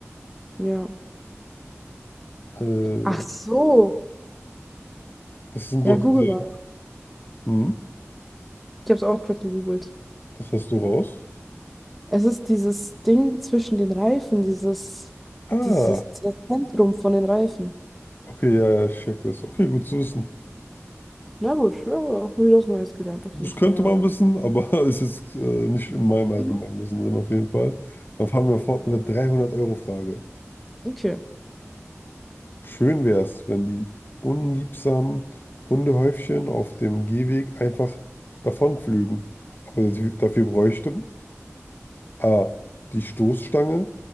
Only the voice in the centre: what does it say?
<laughs> Ja.
Ach so.
Ja,
google
mal.
Ich habe es auch gerade gegoogelt.
Es ist dieses Ding zwischen den Reifen, dieses,
dieses, dieses Zentrum von den Reifen.
Na gut, ja, auch wieder was Neues gelernt auf
jeden Fall,
ja.
<laughs>
Okay.